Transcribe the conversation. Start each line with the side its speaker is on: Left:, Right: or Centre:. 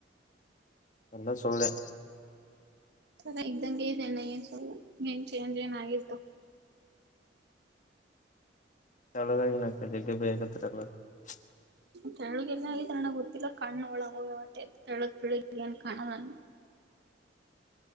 Left: ಎಲ್ಲಾ ಸುಳ್ಳೇ
Right: ಹೆಂಗ ಇದೆ ಅಲ್ಲ ಏನ್ ಚೇಂಜ್ ಆಗಿಲ್ಲ
Left: ತೆಳ್ಳಗಾಗಿ ನಿಂತ ಜಗ್ಗು ಭಯ ಕಥೆ <unintelligible>
Right: ತೆಳಗ ಎಲ್ಲ ಆತಣ ಗೊತ್ತಿಲ್ಲ ಕಣ್ಣು ಒಳಗ ಹೋಗ್ಯವಂತೆ ತೆಳಗ್ ಪಳಗ್ ಏನ್ ಕಾಣ ನ
Left: <inaudible>